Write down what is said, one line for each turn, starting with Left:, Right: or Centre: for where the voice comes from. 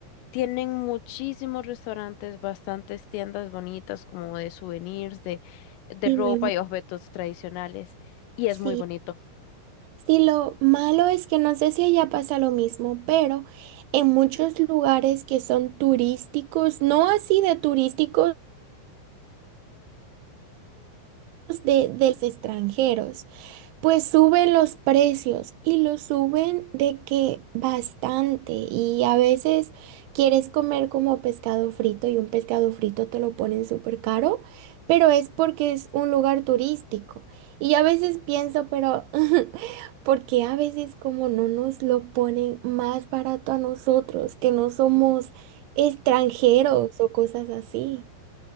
Left: Tienen muchísimos restaurantes, bastantes tiendas bonitas como de souvenirs, de, de
Right: y
Left: ropa
Right: me, ima-
Left: y objetos tradicionales. Y
Right: sí,
Left: es muy bonito.
Right: Sí, lo malo es que no sé si allá pasa lo mismo, pero en muchos lugares que son turísticos, no así de turísticos de, de los extranjeros. Pues suben los precios y los suben de que bastante y a veces quieres comer como pescado frito y un pescado frito te lo ponen súper caro, pero es porque es un lugar turístico. Y a veces pienso, pero <laughs> porque a veces como no nos lo ponen más barato a nosotros, que no somos
Left: Mm.
Right: extranjeros o cosas así.